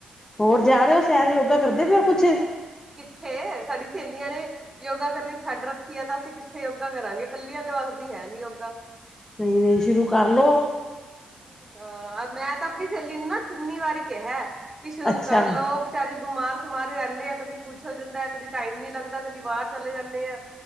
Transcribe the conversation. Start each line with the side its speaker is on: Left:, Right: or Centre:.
Left: ਹੋਰ। ਜਾ ਰਹੇ ਹੋ ਸੈਰ ਯੋਗਾ ਕਰਦੇ ਪਏਓ ਕੁੱਛ?
Right: ਕਿੱਥੇ ਸਾਡੀ ਸਹੇਲੀਆਂ ਨੇ ਯੋਗਾ ਕਰਨੀ ਛੱਡ ਰੱਖੀ ਹੈ ਤਾਂ ਅਸੀਂ ਕਿੱਥੇ ਯੋਗਾ ਕਰਾਂਗੇ ਕੱਲੀਆਂ। ਵਸਦੀ ਹੈ ਨੀ ਯੋਗਾ।
Left: ਨਹੀਂ-ਨਹੀਂ ਸ਼ੁਰੂ ਕਰਲੋ।
Right: ਅਹ ਮੈਂ ਤਾਂ ਆਪਣੀ ਸਹੇਲੀ ਨੂੰ ਨਾ ਕਿੰਨੀ ਵਾਰੀ। ਕਿਹਾ ਕਿ ਸ਼ੁਰੂ
Left: ਅੱਛਾ
Right: ਕਰ ਲਓ ਵਿਚਾਰੀ ਬਿਮਾਰ ਸਿਮਾਰ ਰਹਿੰਦੇ ਆ ਕਦੀ। ਕੁੱਛ ਹੋ ਜਾਂਦਾ ਕਦੀ ਟਾਈਮ ਨੀ ਲੱਗਦਾ, ਕਦੀ ਬਾਹਰ ਚਲੇ ਜਾਂਨੇ ਆ।